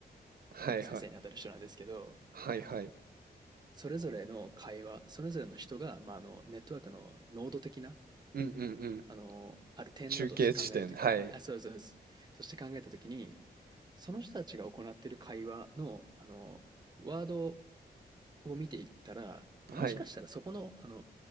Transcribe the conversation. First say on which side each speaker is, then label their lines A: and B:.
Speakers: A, on the right (about 60°); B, on the right (about 25°).
A: はいはい。
B: あの、先生にあたる人なんですけど、
A: はいはい。
B: それぞれの会話、それぞれの人が、まあ、あの、ネットワークの濃度的な
A: うんうんうん。
B: あの、ある点だとして考えたとき、
A: 中継地点、はい。
B: あ、そうそうそう、として考えたときに、その人たちが行っている会話の、あの、ワードを見ていったら、もしかしたらそこの、
A: はい。
B: あの、